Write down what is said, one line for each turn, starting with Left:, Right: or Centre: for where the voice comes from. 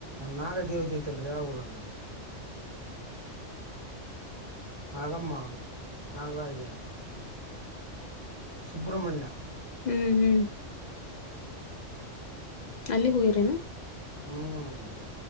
Right: ನಾಗದೇವತೆೇತಲ್ರಿ ಅವರದು ನಾಗಮ್ಮ ನಾಗರಾಜ ಸುಬ್ರ್ಮಣ್ಯ
Left: ಹ್ಮ್ ಹ್ಮ್ ಅಲ್ಲಿ ಹೋಗಿ್ರೇನಾ
Right: ಹ್ಮ್